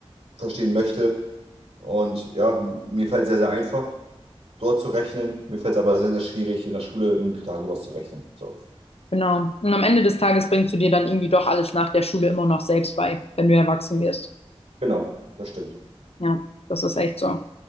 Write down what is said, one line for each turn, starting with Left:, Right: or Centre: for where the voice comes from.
Right: verstehen möchte. Und ja, mir fällt es sehr, sehr einfach. dort zu rechnen. Mir fällt es aber sehr, sehr schwierig, in der Schule einen Pythagoras zu rechnen. So,
Left: Genau. Und am Ende des Tages bringst du dir dann irgendwie doch alles nach der Schule immer noch selbst bei, wenn du erwachsen wirst.
Right: genau, das stimmt.
Left: Ja, das ist echt so.